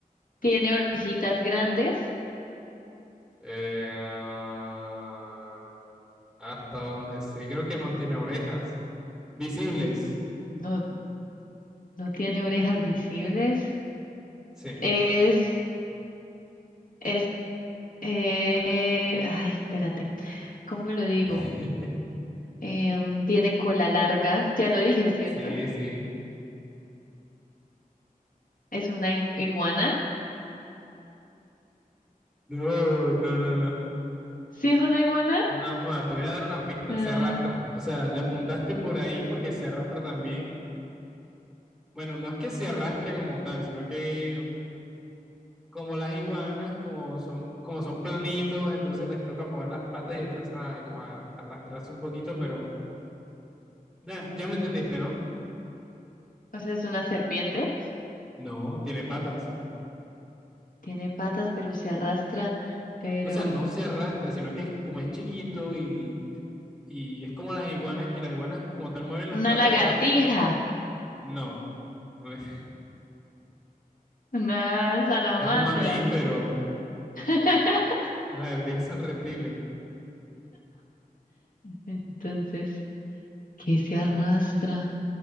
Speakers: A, on the left; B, in the centre.
A: tiene orejitas grandes.
B: Eh, ah, hasta donde sé, creo que no tiene orejas. Visibles.
A: No. No tiene orejas visibles.
B: Sí.
A: Es, es, eh, ay, espérate, ¿cómo lo digo?
B: <laughs>
A: Em, tiene cola larga, ya lo dije, ¿cierto?
B: Sí, sí.
A: Es una i- iguana.
B: No, no, no, no.
A: ¿Sí es una iguana?
B: No, bueno, te voy a dar una pista,
A: Ah,
B: se arrastra. O sea, le apuntaste por ahí porque se arrastra también. Bueno, no es que se arrastre como tal, sino que como las iguanas, como son, como son planitos, entonces les toca mover las patas y alcanzan a, como a arrastrarse un poquito, pero ya, ya me entendiste, ¿no?
A: o sea, es una serpiente.
B: No, tiene patas.
A: Tiene patas, pero se arrastra, pero...
B: O sea, no se arrastra, sino que es como es chiquito y, y es como las iguanas, que las iguanas como tal mueven las
A: Una
B: patas,
A: lagartija,
B: pero no, no es,
A: una salamandra.
B: <laughs> es un mamífero.
A: <laughs>
B: Las ardillas son reptiles.
A: Entonces, ¿qué se arrastra